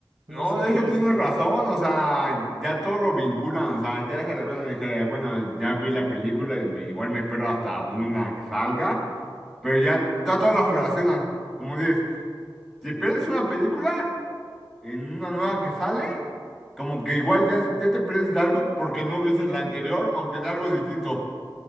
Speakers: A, in the centre; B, on the right.
A: No,
B: no sé,
A: de hecho tienes
B: <laughs> este,
A: razón, o sea, ya todo lo vinculan, o sea, ya déjate cuando dije, bueno, ya vi la película y me, igual me espero hasta una que salga, pero ya, ya todos los relacionan. Como dices, si pierdes una película en una nueva que sale, como que igual ya, ya te pierdes de algo porque no viste la anterior, aunque sea algo distinto.